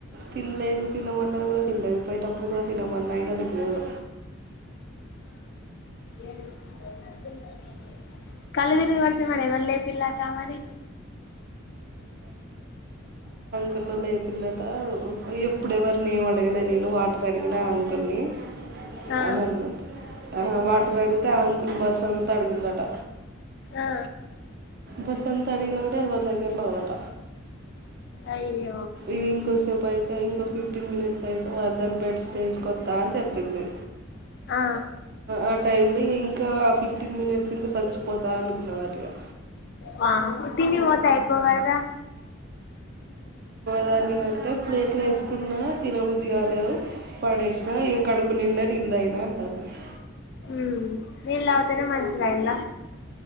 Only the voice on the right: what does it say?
తిన్ లేదు తినమన్న కూడా తినలేదు పోయేటప్పుడు కూడా తినమన్న అయినా ఇడు <inaudible>
కలనే <unintelligible> అడిగిన్దట ఎప్పుడెవరిని ఏం అడగలే నేను వాటర్ అడిగిన ఆ అంకుల్ని
అని అన్నది వాటర్ అడిగితే ఆ అంకుల్ బస్ అంతా అడిగిందట
బస్ అంతా అడిగినా కూడా ఎవరి దగ్గ కేరళతోట
ఇ ఇంకోసేపుయితే ఇంకా ఫిఫ్టీన్ మినిట్స్ అయి వర్దన్ పెట్టి స్టేజ్కి కొత్తా అని చెప్పింది
ఆ టై లో ఇక ఇంకా ఫిఫ్టీన్ మినిట్స్ ఇంకా సచ్చిపోతా అనుకున్నాం అటుగా
దా నేనంటే ప్లేట్లు వేసుకున్నా తినబుద్ధది కాలేదు పడేసిన ఇ కడుపు నిండా నిళ్ళదయినా అంటారు అదేశ్